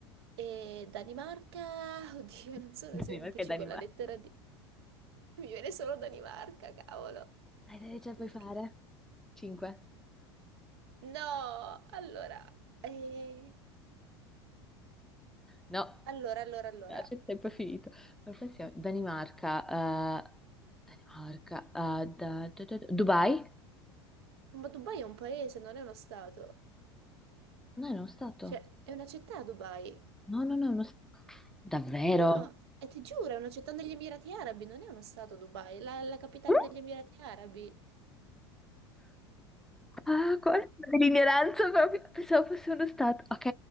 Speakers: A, on the right; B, in the centre.
A: e Danimarca, <laughs> oddio,
B: <laughs>
A: non sono
B: Danimarca
A: semplici
B: e Danimarca.
A: con la lettera D. Mi viene solo Danimarca, cavolo.
B: Dai, dai, ce la puoi
A: Perché?
B: fare. 5.
A: No, allora... eh,
B: No,
A: Allora, allora, allora.
B: no, c'è il tempo è finito. Per pensiamo- Danimarca, eh, Danimarca, eh, da- da- da- da- Dubai?
A: Ma Dubai è un paese, non è uno stato.
B: No, era uno stato.
A: Cioè, è una città Dubai.
B: No, no, no, no. Davvero?
A: No, e ti giuro, è una città negli Emirati Arabi, non è uno stato Dubai, è la, la capitale
B: Mm?
A: degli Emirati Arabi.
B: Ah, guarda, dell'ignoranza proprio. Pensavo fosse uno stato. Ok,